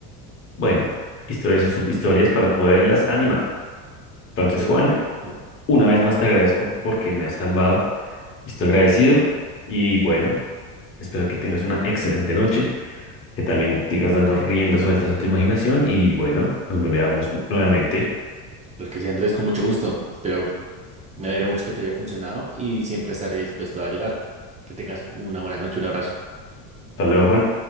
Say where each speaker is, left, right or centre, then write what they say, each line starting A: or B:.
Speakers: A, on the left; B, on the right.
A: Bueno, historias o subhistorias para poderlas animar. Entonces,
B: Perfecto.
A: Juan, una vez más te agradezco porque me has salvado. Estoy agradecido y bueno, espero que tengas una excelente noche, que también sigas dando riendas sueltas a tu imaginación y bueno, nos veamos nuevamente.
B: Lo que sí, Andrés, con mucho gusto. Espero Me alegra mucho que te haya funcionado y siempre estaré dispuesto a ayudar. Que tengas una buena noche, un abrazo.
A: Hasta luego, Juan.